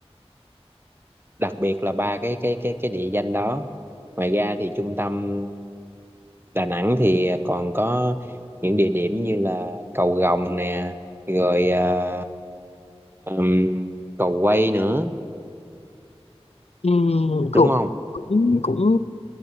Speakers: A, on the right (about 20°); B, on the left (about 75°).
A: đặc biệt là ba cái cái cái cái địa danh đó ngoài ra thì trung tâm Đà Nẵng thì còn có những địa điểm như là cầu Rồng nè rồi à, ừm, cầu Quay nữa
B: ừ,
A: đúng
B: cũng
A: không
B: cũng cũng